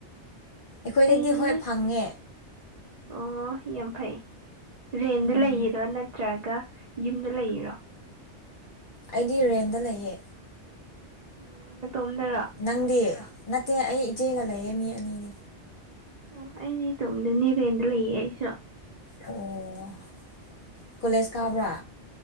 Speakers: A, on the left (about 50°); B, on the right (about 40°).
A: ꯑꯩꯈꯣꯏꯗꯗꯤ
B: ꯑꯩ
A: ꯍꯣꯏ ꯐꯪꯉꯦ
B: ꯑꯣ ꯌꯥꯝ ꯐꯩ ꯔꯦꯟꯗ
A: ꯎꯝ
B: ꯂꯩꯔꯣ ꯅꯠꯇ꯭ꯔꯒ ꯌꯨꯝꯗ ꯂꯩꯔꯣ
A: ꯑꯩꯗꯤ ꯔꯦꯝꯗ ꯂꯩꯌꯦ
B: ꯎꯝ ꯅꯇꯣꯝꯗꯔꯣ
A: ꯅꯪꯗꯤ ꯅꯠꯇꯦ ꯑꯩ ꯏꯆꯦꯒ ꯂꯩꯌꯦ ꯃꯤ ꯑꯅꯤꯅꯦ
B: ꯑꯣ ꯑꯩꯗꯤ ꯏꯇꯣꯝꯗ ꯅꯤ ꯔꯦꯟꯗ ꯂꯩꯌꯦ ꯑꯩꯁꯨ
A: ꯑꯣ ꯀꯣꯂꯦꯖ ꯀꯥꯕ꯭ꯔꯥ